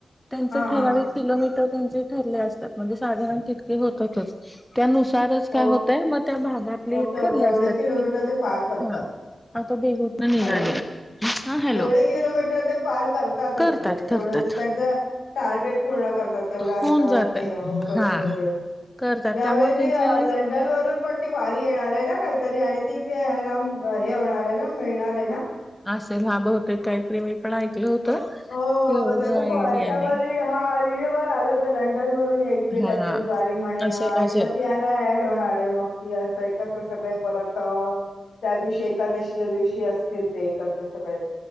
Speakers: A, in the centre; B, on the left (about 85°).
A: त्यांच
B: हा
A: ठराविक
B: हा
A: किलोमीटर त्यांचे ठरले असतात म्हणजे साधारण तितके होतातच. त्यानुसारच
B: हो
A: काय होतय मग त्या भागातली
B: ओके
A: ठरले
B: ओके एवढे
A: असतात
B: किलोमीटर ते पार करतात
A: हा आता देहूतन निघाली
B: हॅलो
A: हा हॅलो
B: तेवढे किलोमीटर ते पार करतातच
A: करतात
B: म्हणजे तेवढं
A: करतात
B: ते त्यांच टार्गेट पूर्ण करतात. तेवढ्यां
A: होऊन
B: अंतरात
A: जातय
B: ओके
A: हा
B: ओके ओके
A: करतात
B: यावेळेस
A: त्यामुळे
B: ते
A: त्यांचे
B: डल वरून पण ती वारी येणार आहे ना काहीतरी आणि ती इथे हे होणार आहे ना मिळणार आहे ना
A: असेल हा बहुतेक होते काहीतरी मी पण ऐकल होत
B: अ
A: एवढं
B: हो त्याच
A: <unintelligible> आणि
B: याच्यावर हा रील वर आलं होत लंडन वरून यायची काहीतरी
A: हा
B: वारी म्हणे
A: असेल
B: आणि
A: असेल
B: मग ऍड होणार आहे मग ती अस एकत्र सगळे परत त्या दिवशी एकादशीच्या दिवशी असतील ते एकत्र सगळे